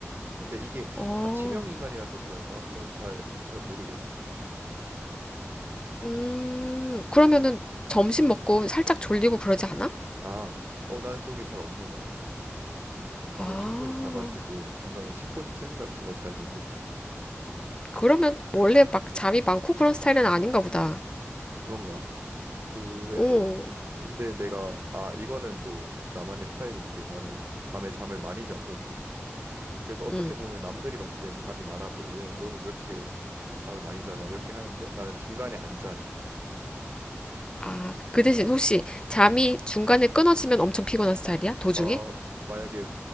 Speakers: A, on the right (about 50°); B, on the left (about 20°).
A: 근데 이게
B: 어,
A: 아, 치명 인간이라서 그런가? 그건 잘, 잘 모르겠어.
B: 음, 그러면은
A: 일- 음.
B: 점심 먹고 살짝 졸리고 그러지 않아?
A: 아, 어, 나는 그런 게 잘 없는 것 같아. 밤에
B: 아,
A: 충분히 자가지고 중간에 식곤증 같은 거 잘 못 느껴.
B: 그러면 원래 막 잠이 많고 그런 스타일은 아닌가 보다.
A: 그런가? 그래서
B: 오,
A: 근데 내가 아, 이거는 또 나만의 스타일인데 나는 밤에 잠을 많이 자고 그래서 어떻게
B: 음.
A: 보면 남들이 봤을 때는 잠이 많아 보여. 왜냐면 너는 왜 이렇게 잠을 많이 자냐 이렇게 하는데 나는 중간에 안 자는
B: 아,
A: 그런
B: 그 대신
A: 스타일.
B: 혹시 잠이 중간에 끊어지면 엄청 피곤한 스타일이야? 도중에?
A: 어, 만약에